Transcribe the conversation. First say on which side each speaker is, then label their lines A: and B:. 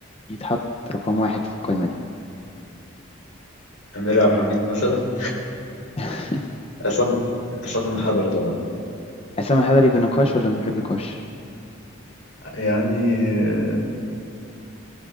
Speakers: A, on the left; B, on the left.
A: يتحط رقم واحد في القائمة دي
B: أمير عبد الحميد مثلا
A: <laughs>
B: عصام عصام الحضري طبعا
A: عصام الحضري بنقاش ولا من غير نقاش
B: يعني